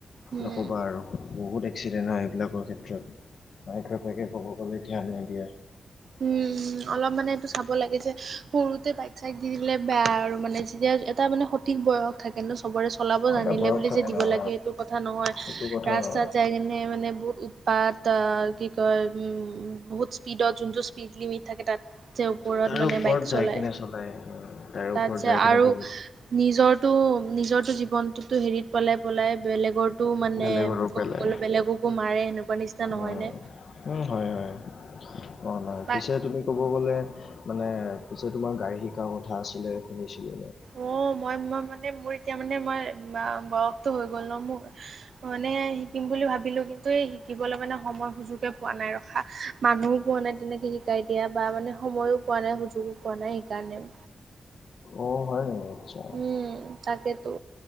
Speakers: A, on the right; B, on the left.
A: উম,
B: নক'বা আৰু। বহুত এক্সিডেণ্ট হয়, এইবিলাকৰ ক্ষেত্ৰত মায়েক-বাপেকে ক'ব গ'লে ধ্যান নিদিয়ে।
A: উমঁ, অলপ মানে এইটো চাব লাগে যে সৰুতে বাইক-চাইক দি দিলে বেয়া আৰু মানে যেতিয়া এটা মানে সঠিক বয়স থাকে ন' চবৰে, চলাব জানিলে
B: এটা বয়স
A: বুলি
B: থাকে
A: যে দিব
B: ন অ
A: লাগে সেইটো কথা নহয়,
B: সেইটো কথা
A: ৰাস্তাত
B: নহয়
A: যাই কিনে মানে বহুত পাত কি কয় উম বহুত স্পীডত যোনটো স্পীড লিমিট থাকে তা'ত। যে ওপৰত
B: তাৰে
A: মানে
B: ওপৰত
A: বাইক
B: যাই
A: চলাই।
B: কেনে তাৰে
A: তা'ত
B: ওপৰত
A: যে
B: যাই কিনে
A: আৰু
B: বহুত
A: নিজৰ- টো, নিজৰটো জীৱনটোতো হেৰিত- পেলাই-পেলাই বেলেগতো মানে
B: বেলেগৰো
A: ক'ব
B: পেলাই
A: গ'লে বেলেগকো মাৰে সেনেকুৱা নিচিনা নহয়
B: উম
A: নে?
B: উম, হয়, হয়, হোৱা নাই।
A: বাই
B: পিছে তুমি ক'ব গলে- মানে পিছে তোমাৰ গাড়ী শিকাৰ কথা আছিলে শুনিছিলো।
A: অহ', মই-মই মানে মোৰ এতিয়া মানে মই বয়সটো হৈ গ'ল ন মোৰ। মানে শিকিম বুলি ভাবিলো, কিন্তু এই শিকিবলৈ মানে সময় সুযোগে- পোৱা নাই ৰখা, মানুহো পোৱা নাই তেনেকে- শিকাই দিয়া বা মানে সময়ো পোৱা নাই, সুযোগো পোৱা নাই, সেইকাৰণে।
B: অহ', হয় নেকি আচ্ছা।
A: উমঁ তাকেটো।